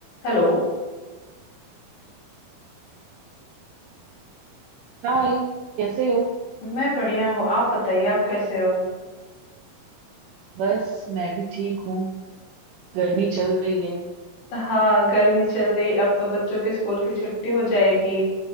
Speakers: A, on the left (about 65°); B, on the right (about 80°).
A: Hello
B: हाय कैसे हो
A: मैं बढ़िया हूँ आप बताइए आप कैसे हो
B: बस मैं भी ठीक हूँ गर्मी चल रही है
A: हाँ गर्मी चल रही अब तो बच्चों की स्कूल की छुट्टी हो जाएगी